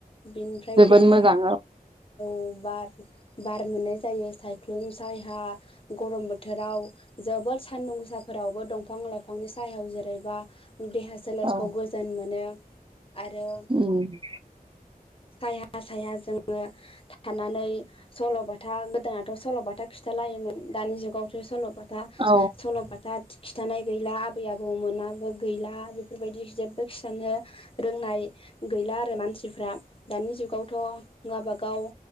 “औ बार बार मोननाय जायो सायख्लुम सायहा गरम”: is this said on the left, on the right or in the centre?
Left